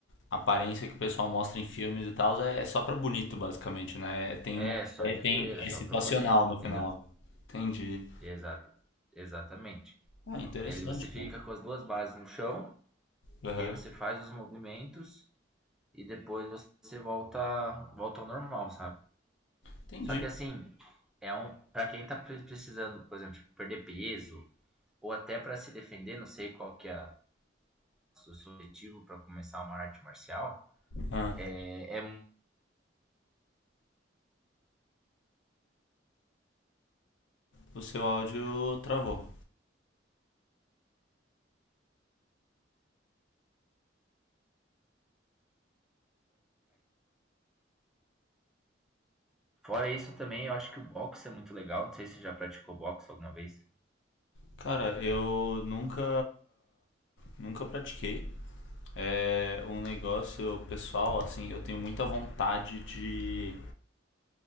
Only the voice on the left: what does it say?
aparência que o pessoal mostra em filmes e tal é é só pra bonito, basicamente, né? Tem uma.
É,
tem,
é
situacional
no
final. Entendi.
Ah, interessante,
cara.
Aham,
entendi.
Ah,
o seu áudio travou.
Cara, eu nunca nunca pratiquei. É um negócio pessoal, assim, eu tenho muita vontade de,